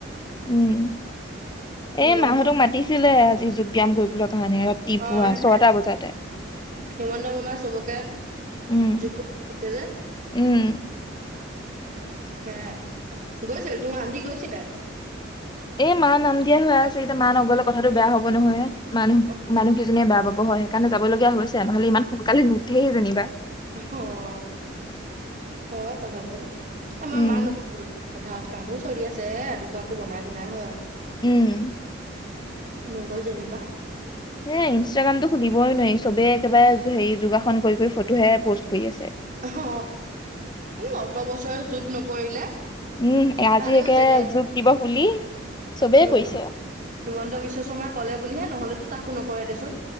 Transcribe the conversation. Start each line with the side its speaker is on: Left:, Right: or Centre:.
Left: উম
Right: হিমন্ত
Left: এই মাহঁতক মাতিছিলে আজি যোগ, ব্যায়াম কৰিবলৈ কাৰণে ৰাতিপুৱা
Right: অ সেয়াই
Left: ছটা বজাতে
Right: হিমন্ত মামাই চবকে
Left: উম
Right: যোগ কৰি দিছে যে
Left: উম।
Right: সেয়াই। গৈছিল তোৰ আন্টি গৈছিলে?
Left: এই মা নাম দিয়াই হৈ আছে এতিয়া মা নগলে কথাটো বেয়া হব নহয়। মানুহ
Right: অ
Left: মানুহকেইজীয়ে বেয়া পাব হয় সেইকাৰণে যাবলগীয়া হৈছে নহলে ইমান সোনকালে ন সেই যেনিবা
Right: অ' হয় কথাটো। আমাৰ
Left: উম
Right: মা নব পথাৰত কামো চলি আছে। আছে ৰাতিপুৱা আকৌ বনাই একো নাই হয়
Left: উম।
Right: নগল যেনিবা।
Left: এই ইনষ্টাগ্ৰামতটো খুলিবই নোৱাৰি চবে একেবাৰে হেৰি যোগাসন কৰি কৰি ফটোহে পষ্ট কৰি আছে।
Right: অ উম অত বছৰে যোগ নকৰিলে
Left: উম আজি
Right: ভালে
Left: একে
Right: হৈছে দে
Left: যোগ দিৱস বুলি চবেই
Right: উম
Left: কইছে
Right: হিমন্ত বিশ্ব শৰ্মাই কলে বুলিহে নহলেতো তাকো নকৰে দেচোন